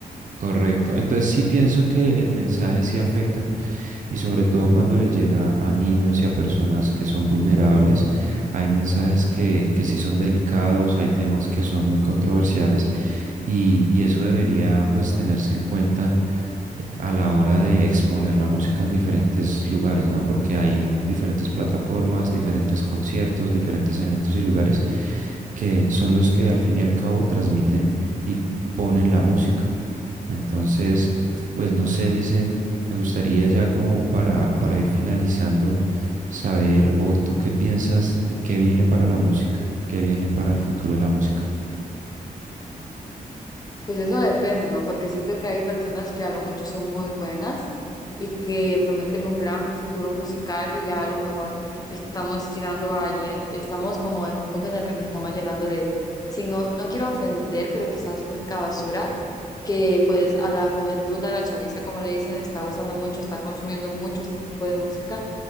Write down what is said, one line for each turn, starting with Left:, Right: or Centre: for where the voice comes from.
Right: correcto. Entonces sí pienso que el mensaje sí afecta y sobre todo cuando les llega a niños y a personas que son vulnerables,
Left: <laughs> sí.
Right: hay mensajes que, que sí son delicados, hay temas que son muy controversiales y, y eso debería pues tenerse en cuenta eh, a la hora de exponer la música en diferentes lugares, ¿no? Porque hay diferentes plataformas, diferentes conciertos, diferentes eventos y lugares que son los que al fin y al cabo transmiten y ponen la música. Entonces, pues no sé, Licen, me gustaría ya como para, para ir finalizando, saber, o tú qué piensas, de qué viene para la música, qué viene para el futuro de la música.
Left: Pues eso depende, ¿no? Porque siento que hay personas que a lo mucho son muy buenas y que prometen un gran futuro musical y ya a lo mejor estamos llegando a, llen- estamos como en un punto en el que nos estamos llenando de, sin, o- no quiero ofender, pero quizás música basura, que pues a la juventud, a la chaviza, como le dicen, le está gustando mucho, está consumiendo mucho este tipo de música